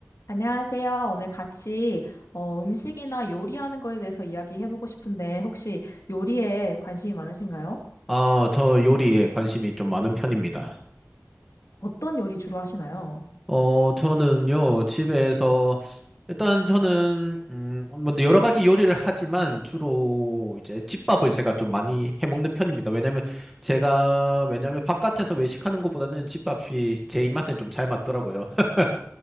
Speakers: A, on the left; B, in the centre.
A: 안녕하세요. 오늘 같이 어, 음식이나 요리하는 거에 대해서 이야기해보고 싶은데 혹시 요리에 관심이 많으신가요?
B: 아, 저 요리에 관심이 좀 많은 편입니다.
A: 어떤 요리 주로 하시나요?
B: 어, 저는요, 집에서, 일단 저는, 음, 뭐 여러 가지 요리를 하지만 주로 이제 집밥을 제가 좀 많이 해 먹는 편입니다. 왜냐면 제가, 왜냐면 바깥에서 외식하는 것보다는 집밥이 제 입맛에 좀 잘 맞더라고요. <laughs>